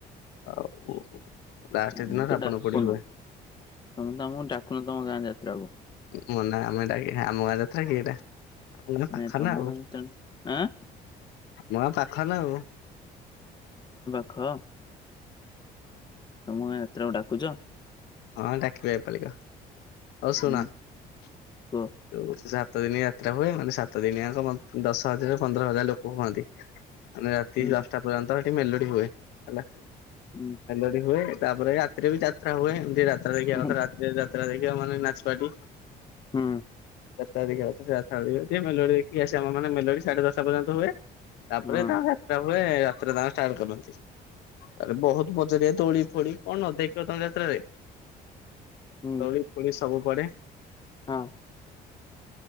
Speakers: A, on the left; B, on the left.
A: ଆଉ ଲାଷ୍ଟ
B: ଆମୁକୁ
A: ଦିନ
B: ତ
A: ରାବଣ
B: ଡାକୁନ
A: ପୋଡି ହୁଏ
B: ତମେ ତ ଆମକୁ ଡାକୁନ ତମ ଗାଁ ଯାତ୍ରାକୁ।
A: ମନା ଆମେ ଡାକିବା ଆମ ଗାଁ ଯାତ୍ରା କି ଏଇଟା? ଆମା ଗାଁ ପାଖରେ
B: ନାଇଁ ତମ
A: ନା ଆଉ
B: ଗାଁ ଯାତ୍ରା ଆଁ
A: ଆମ ଗାଁ ପାଖରେ ନା ଆଉ।
B: ହଁ। ତମ ଗାଁ ଯାତ୍ରାକୁ ଡାକୁଚ?
A: ହଁ ଡାକିବା ଏପାଳିକ ହୋଉ ଶୁଣ
B: ଉଁ
A: ଯୋଉ
B: କୁହ
A: ହୋଉଚି ସା ସାତ ଦିନ ଯାତ୍ରା ହୁଏ ମାନେ ସାତ ଦିନିଆଙ୍କ ବନ୍-ଦଶ ହଜାର ପନ୍ଦର ହଜାର ଲୋକ ହୁଅନ୍ତି। ମାନେ ରାତି
B: ଉଁ
A: ଦଶଟା ପର୍ଯ୍ୟନ୍ତ ହେଠି ମେଲୋଡି ହୁଏ ହେଲା।
B: ଉଁ
A: ମେଲୋଡି ହୁଏ ତାପରେ ରାତିରେ ବି ଯାତ୍ରା ହୁଏ ଏମତି ଯାତ୍ରା ଦେଖିବା
B: ଉଁ,
A: କଥା ରାତିରେ ରା ଯାତ୍ରା ଦେଖିବା ମାନେ ନାଚପଟି।
B: ହୁଁ।
A: ଯାତ୍ରା ଦେଖିବା କଥା ସେରା ଛାଡିବେ ଟିକେ ମେଲୋଡ଼ି ଦେଖି ଆସିବା ଆମେ ମାନେ ସାଢେ ଦଶଟା ପର୍ଯ୍ୟନ୍ତ ହୁଏ। ତାପରେ
B: ହୁଁ ହଁ
A: ତା ଯାତ୍ରା ହୁଏ। ତ୍ରା ତାଙ୍କ ଷ୍ଟାର୍ଟ କରନ୍ତି ତାପରେ ବୋହୁତ ବଜାରେ ଦୋଳି ଫୋଳି କଣ
B: ଭାଇ
A: ନ ଦେଖିବ ତମେ ଯାତ୍ରାରେ
B: ହୁଁ
A: ଦୋଳି ଫୋଳି ସବୁ ପଡେ।
B: ହଁ।